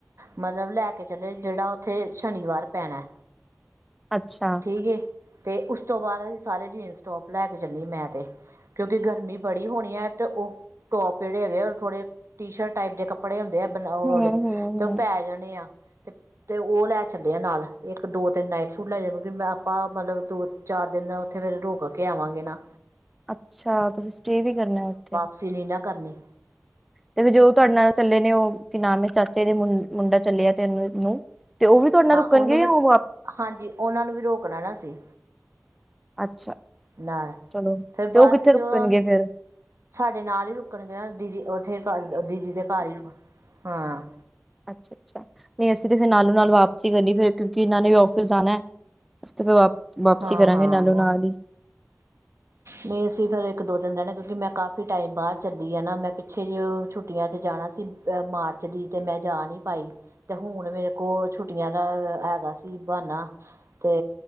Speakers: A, on the right; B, in the centre.
A: ਮਤਲਬ ਲੈ ਕੇ ਚਲੇ ਜਿਹੜਾ ਉੱਥੇ ਸ਼ਨੀਵਾਰ ਪੈਣਾ
B: ਅੱਛਾ
A: ਠੀਕ ਏ ਤੇ ਉਸ ਤੋਂ ਬਾਅਦ ਅਸੀਂ ਸਾਰੇ ਜੀਨਸ ਟੋਪ ਲੈ ਕੇ ਚੱਲੀ ਮੈਂ ਤੇ ਕਿਉਂਕਿ ਗਰਮੀ ਬੜੀ ਹੋਣੀ ਹੈ ਤੇ ਉਹ ਟੋਪ ਜਿਹੜੇ ਹੈਗੇ ਆ ਥੋੜੇ ਟੀ ਸ਼ਰਟ ਟਾਈਪ ਦੇ ਕੱਪੜ ਕੱਪੜੇ ਹੁੰਦੇ ਆ ਬਾਲਉ
B: ਹੂੰ-ਹੂੰ-ਹੂੰ,
A: ਤੇ ਉਹ ਪੈ ਜਾਣੇ ਆ ਤੇ ਤੇ ਉਹ ਲੈ ਚੱਲਦੇ ਆ ਨਾਲ ਇੱਕ ਦੋ ਤਿੰਨ ਨਾਈਟ ਸੂਟ ਲੈ ਜਾਣ ਮੈਂ ਆਪਾਂ ਮਤਲਬ ਦੋ ਚਾਰ ਦਿਨ ਉੱਥੇ ਫੇਿਰ ਰੋਕ ਕੇ ਆਵਾਂਗੇ ਨਾ
B: ਅੱਛਾ ਤੁਸੀਂ ਸਟੇ ਵੀ ਕਰਨੇ ਆ ਉੱਥੇ
A: ਸੀ ਨਹੀਂ ਨਾ ਕਰਨੀ
B: ਤੇ ਫ ਜੋ ਤੁਹਾਡੇ ਨਾਲ ਚੱਲੇ ਨੇ ਉਹ ਕੀ ਨਾਮ ਹੈ ਚਾਚੇ ਦੇ ਮੁ ਮੁੰਡਾ ਚੱਲਿਆ ਤਿੰਨ ਨੂੰ ਤੇ ਉਹ ਵੀ ਤੁਹਾਡੇ ਨਾਲ
A: ਹਾਂ
B: ਰੁਕਣਗੇ
A: ਉਹਨੂੰ ਵੀ
B: ਉਹ
A: ਹਾਂਜੀ ਉਹਨਾਂ ਨੂੰ ਵੀ ਰੋਕਣਾ ਨਾ ਸੀ
B: ਅੱਛਾ।
A: ਨਾਲ
B: ਚਲੋ
A: ਫਿਰਬਾਅਦ
B: ਤੇ ਉਹ ਕਿੱਥੇ
A: ਵਿੱਚ
B: ਰੁਕਣਗੇ
A: ਉਹ
B: ਫਿਰ
A: ਸਾਡੇ ਨਾਲ ਹੀ ਰੁਕਣਗੇ ਨਾ ਦੀਦੀ ਉੱਥੇ ਦੀਦੀ ਦੇ ਘਰ ਹੀ ਹਾਂ।
B: ਅੱਛਾ, ਅੱਛਾ। ਨਹੀਂ ਅਸੀਂ ਤੇ ਫਿਰ ਨਾਲੋਂ ਨਾਲ ਵਾਪਸੀ ਹੀ ਕਰਨੀ ਫਿਰ ਕਿਉਂਕਿ ਇਹਨਾਂ ਨੇ ਵੀ ਆਫਿਸ ਜਾਣਾ ਹੈ। ਅ ਤੇ ਫਿਰ ਵਾਪਸੀ
A: ਹਾਂ
B: ਕਰਾਂਗੇ
A: ਹਾਂ
B: ਨਾਲੋਂ ਨਾਲ ਹੀ
A: ਨਹੀਂ ਅਸੀਂ ਫੇਿਰ ਇੱਕ ਦੋ ਦਿਨ ਰਹਿਣਾ ਕਿਉਂਕਿ ਮੈਂ ਕਾਫੀ ਟਾਈਮ ਬਾਦ ਚੱਲੀ ਆ ਨਾ ਮੈਂ ਪਿੱਛੇ ਜਿ ਛੁੱਟੀਆਂ 'ਚ ਜਾਣਾ ਸੀ ਮਾਰਚ ਤੇ ਮੈਂ ਜਾ ਨਹੀਂ ਪਾਈ ਤੇ ਹੁਣ ਮੇਰੇ ਕੋਲ ਛੁੱਟੀਆਂ ਦਾ ਹੈਗਾ ਸੀ ਬਹਾਨਾ ਤੇ